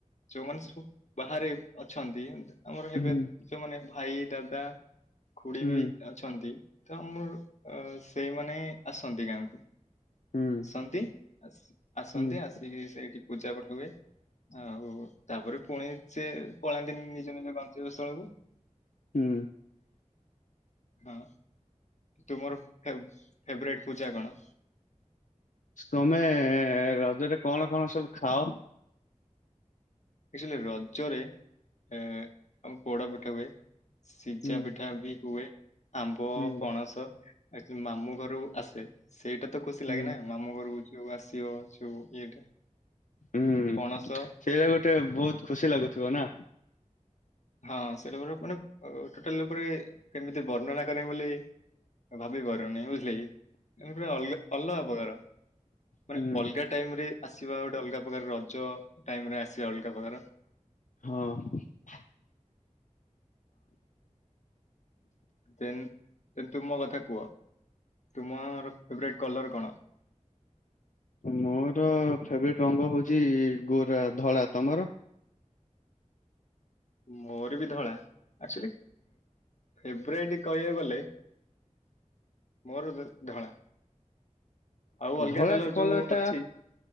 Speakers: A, on the left; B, on the left.
A: ଯୋଉମାନେ ସବୁ ବାହାରେ ଅଛନ୍ତି ଏତି ଆମର
B: ହୁଁ
A: ହେବେ ଯୋଉମାନେ ଭାଇ ଦାଦା ଖୁଡି
B: ହୁଁ
A: ବି ଅଛନ୍ତି। ତ ମୋର ସେଇମାନେ ଆସନ୍ତି ଗାଁକୁ
B: ହୁଁ
A: ସନ୍ତି ଆସି ଆସନ୍ତି
B: ହୁଁ
A: ଆସିକି ସେଇଠି ପୂଜା ପାଠ ହୁଏ। ଆଉ ତାପରେ ପୁଣି ସେ ପଳାନ୍ତି ନି <inaudible> ସ୍ଥଳ କୁ
B: ହୁଁ।
A: ହଁ। ତୁମର ଫେବରାଇଟ ପୂଜା କଣ?
B: ତମେ ରଜରେ କଣ କଣ ସବୁ ଖାଅ?
A: ଅଚୁଆଲୟ ରଜ ରେ ଏ ପୋଡ଼ ପିଠା ହୁଏ। ସିଜା
B: ହୁଁ
A: ପିଠା ବି ହୁଏ। ଆମ୍ବ
B: ହୁଁ
A: ପଣସ <inaudible> ମାମୁ ଘରୁ ଆସେ ସେଇଟା ତ ଖୁସି
B: ହୁଁ
A: ଲାଗେ ନାଁ ମାମଁ ଘରକୁ ଯୋଉଁ ଆସିବ। ଯୋଉ ଇଏଟା
B: ହୁଁ
A: ପଣସ
B: ସେଇଟ ଗୋଟେ ଗୋଟେ ବହୁତ ଖୁସି ଲାଗୁଥିବ ନାଁ
A: ହଁ ସେଇଟା ଗୋଟେ ମାନେ ଉ ଟୋଟାଲ ପରେ କେମିତି ବର୍ଣ୍ଣନା କରେ ବୋଲି ଭାବିବାର <inaudible> ପୁରା ଅଲଗା ଅଲଗା ପ୍ରକାର ମାନେ
B: ହୁଁ
A: ଅଲଗା ଟାଇମ ରେ ଆସିବା ଗୋଟେ ଅଲଗା ପ୍ରକାର ରଜ ଟାଇମ ରେ ଆସିବା ଅଲଗା ପ୍ରକାର।
B: ହଁ।
A: ଦେନ ତୁମ କଥା କୁହ ତୁମର ଫେବେରାଇ କଲର କଣ?
B: ମୋର ଫେବେରାଇଟ ରଙ୍ଗ ହଉଛି ଗୋରା ଧଳା ତମର?
A: ମୋର ବି ଧଳା ଆକଚୁଆଲି ଫେବୃଆାରୀ କହିବାକୁ ଗଲେ ମୋର ଧଳା। ଆଉ ଅଲଗା
B: ଧଳା
A: କଲର୍
B: କଲର
A: ଯୋଉ
B: ଟା
A: ଅଛି